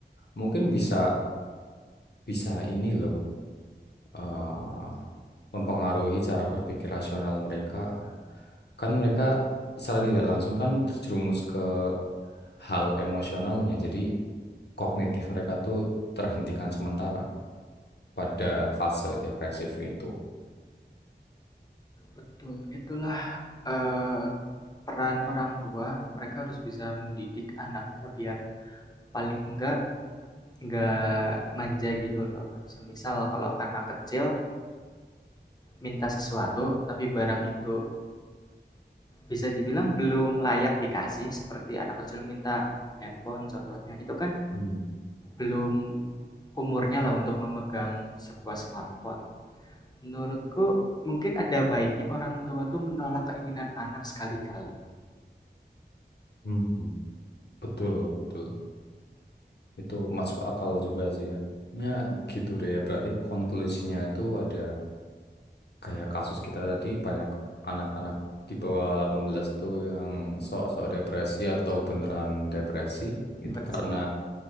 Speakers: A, on the left; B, on the left.
A: mungkin bisa bisa ini loh eh, mempengaruhi cara berpikir rasional mereka. Kan mereka secara tidak langsung kan terjerumus ke hal emosionalnya, jadi kognitif mereka tuh terhentikan sementara pada fase depresif itu.
B: betul, itulah, eee, peran orang tua, mereka harus bisa mendidik anaknya biar paling enggak enggak manja gitu loh. Semisal kalau anak kecil minta sesuatu tapi barang itu bisa dibilang belum layak dikasih seperti anak kecil minta handphone contohnya itu kan
A: Hmm.
B: belum umurnya lah untuk memegang sebuah smartphone. Menurutku mungkin ada baiknya orang tua tuh menolak keinginan anak sekali-kali.
A: Hmm, betul, betul. Itu masuk akal juga sih ya. Ya gitu deh ya. Berarti konklusinya itu ada kayak kasus kita tadi banyak anak-anak di bawah 18 tuh yang sok-sok depresi
B: So,
A: atau
B: so,
A: beneran depresi
B: betul.
A: itu karena